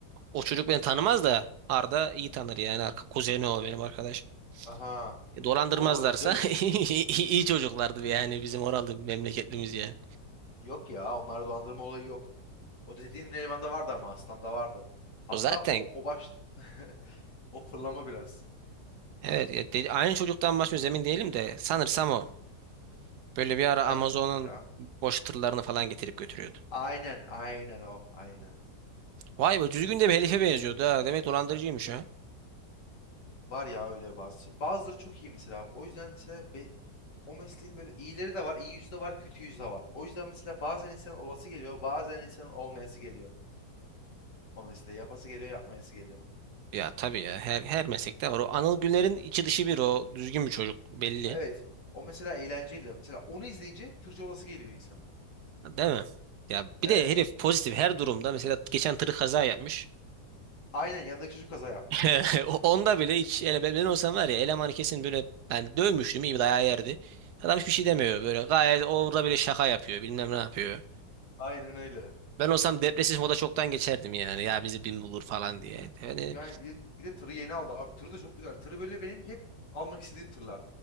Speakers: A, on the right; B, on the left.
A: O çocuk beni tanımaz da Arda iyi tanır yani. Arka kuzeni o benim arkadaş.
B: Aha.
A: E, Dolandırmazlarsa
B: Oo güzel o zaman.
A: <laughs> iyi çocuklardı yani bizim oralı memleketlimiz yani.
B: Yok ya onlarda dolandırma olayı yok. O dediğin elemanda vardı ama Aslan'da vardı. Hatta
A: O zaten
B: o o baş <laughs> o fırlama biraz.
A: evet ya dedi, aynı çocuktan başlıyoruz emin değilim de sanırsam o. Böyle bir ara
B: Aynı
A: Amazon'un
B: çocuktur ya.
A: boş tırlarını falan getirip götürüyordu.
B: Aynen aynen o aynen.
A: Vay be düzgün de bir helife benziyordu ha. Demek dolandırıcıymış ha.
B: Var ya öyle bazı. Bazıları çok iyi mesela. O yüzden mesela be- o mesleğin böyle iyileri de var, iyi yüzü de var, kötü yüzü de var. O yüzden mesela bazen insanın olası geliyor, bazen insanın olmayası geliyor. O mesleği yapası geliyor, yapmayası geliyor.
A: Ya tabii ya her her meslekte var. O Anıl Güler'in içi dışı bir o düzgün bir çocuk belli.
B: Evet. O mesela eğlenceli. Mesela onu izleyince tırcı olası geliyor insanın.
A: Değil mi? Ya bir
B: Evet.
A: de herif pozitif her durumda. Mesela geçen tır kaza yapmış.
B: Aynen yanındaki çocuk kaza yapmış.
A: <laughs> Onda bile hiç ele ben ben olsam var ya elemanı kesin böyle ben dövmüştüm iyi bir dayağı yerdi. Adam hiçbir şey demiyor böyle gayet orada bile şaka yapıyor bilmem ne yapıyor.
B: Aynen öyle.
A: Ben olsam depresif moda çoktan geçerdim yani ya bizi bin bulur falan diye. Yani
B: Yani bir de, bir de tırı yeni aldı abi. Tırı da çok güzel. Tırı böyle benim hep almak istediğim tırlar.